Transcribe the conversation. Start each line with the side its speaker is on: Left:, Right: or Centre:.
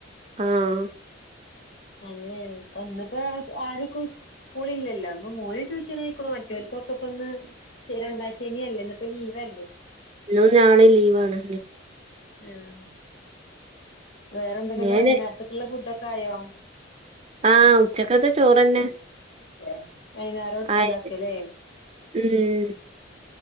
Right: ആഹ
Left: അങ്ങനെയ ഇപ്പ ഇന്നിപ്പോ ആരക്കും സ്കൂള ഇല്ലല്ലോ ഇന്ന് മോന് ട്യൂഷൻ ആയിക്കൂ മറ്റർക്കൊ ഇപ്പൊ ഒന്ന് ശ രണ്ടാ ശനി അല്ലേ ഇന്ന ഇപ്പ ലീവ്ല്ലേ
Right: ഇന്നും നാളെ ലീവാണ്
Left: ഉം വേറെ എന്തെക്കെയൊണ്ട്
Right: ഞാന്
Left: വൈനേരത്ത്ക്ക്ള്ള ഫുഡൊക്കായോ?
Right: ആഹ് ഉച്ചക്കത്തെ ചോറന്നെ
Left: ഉം ആ വൈന്നേരംണ്ടാക്കലേ
Right: ആഹ് ഉം